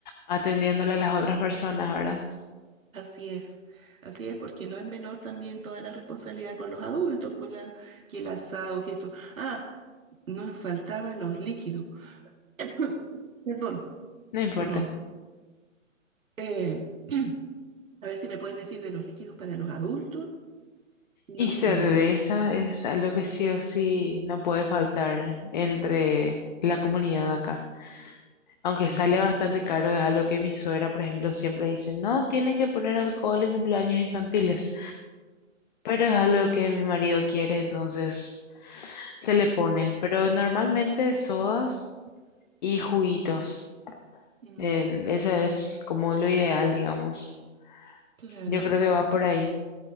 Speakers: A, on the left (about 35°); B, on the right (about 80°).
A: atendiéndole a las otras personas, ¿verdad?
B: Así es, así es, porque no es menor también toda la responsabilidad con los adultos, por la, que el asado, que esto. Ah, nos faltaban los líquidos. <coughs> Perdón,
A: No importa.
B: perdón. Eh, <clears throat> a ver si me puedes decir de los líquidos para los adultos y
A: Y
B: los
A: cerveza
B: niños.
A: es algo que sí o sí no puede faltar entre la comunidad acá. Aunque
B: Mm.
A: sale bastante caro, es algo que mi suegra, por ejemplo, siempre dice, no tienen que poner alcohol en cumpleaños infantiles, pero es algo que mi marido quiere, entonces se le pone. Pero normalmente sodas y juguitos.
B: Mm,
A: Eh, eso es como lo ideal, digamos.
B: Claro,
A: Yo creo
B: em,
A: que va por ahí.